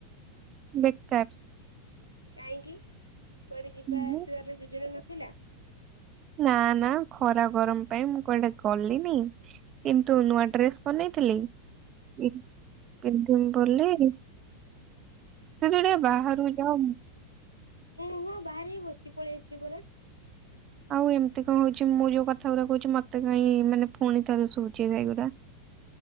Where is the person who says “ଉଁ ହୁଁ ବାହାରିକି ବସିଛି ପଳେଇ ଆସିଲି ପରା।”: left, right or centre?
Left